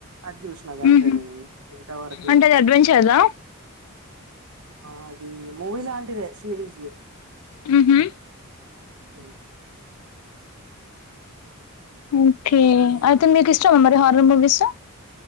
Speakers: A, on the right; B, on the left.
A: అది చుసిన గంతే
B: హుహు.
A: నేను ఇంతవరకు
B: అంటే అది అడ్వెంచర్‌దా?
A: ఆ అది మూవీ లాంటిదే సిరీసు
B: హుహు.
A: ఉ
B: ఓకే
A: ఈ
B: అయితే మీకు ఇష్టమా మరి హారర్ మూవీస్